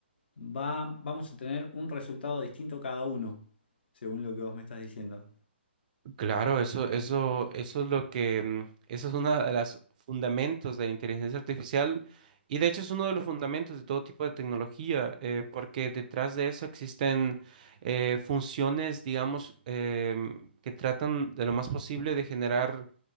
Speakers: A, on the left; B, on the right.
A: va- vamos a tener un resultado distinto cada uno, según lo que vos me estás diciendo.
B: Claro, eso, eso, eso es lo que, mm, eso es uno de los fundamentos de la inteligencia artificial y de hecho es uno de los fundamentos de todo tipo de tecnología, eh, porque detrás de eso existen eh, funciones, digamos, em, que tratan de lo más posible de generar